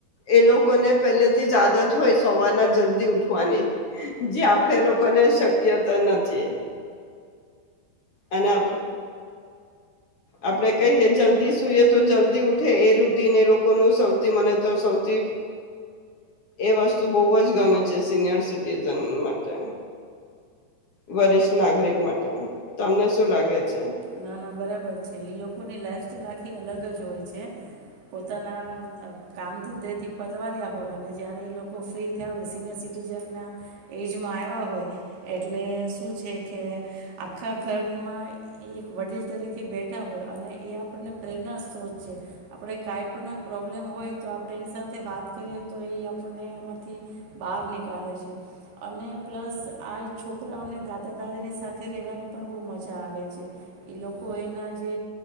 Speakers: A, on the left (about 55°); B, on the right (about 75°).
A: એ લોકોને પેલે થી જ આદત હોય સવારના જલ્દી ઉઠવાની. જે આપડે લોકોને શક <unintelligible> નથી એના આપડે કહીએ, જલ્દી સુઈએ તો જલ્દી ઉઠે. એ રૂટીન એ લોકોનું સૌથી મને તો, સૌથી એ વસ્તુ બહજ ગમે છે. સિનિયર સિટીઝન માટે. વરિષ્ઠ નાગરિક માટે તમને શું લાગે છે
B: ના ના બરાબર છે, એ લોકોની લાઈફ સ્ટાઈલ આખી થી અલગ જ હોય છે. પોતાના કામ ધંધેથી પરવાર્યા હોય, અને જ્યારે એ લોકો ફ્રી થયા હોય, સિનિયર સિટીઝનના એજમાં આવ્યા હોય એટલે શું છે કે, આખા ઘરમાં એ એક વડીલ તરીકે બેઠા હોય, અને એ આપણને પ્રેરણા સ્ત્રોત છે. આપણે કાંઈ પણ પ્રોબ્લેમ હોય તો, આપણે એની સાથે વાત કરીએ તો, એ આપણને એમાંથી બહાર નીકાળે છે. અને પ્લસ આ એ છોકરાઓને દાદા, દાદીની સાથે રહેવાની પણ બહુ મજા આવે છે. એ લોકો એના જે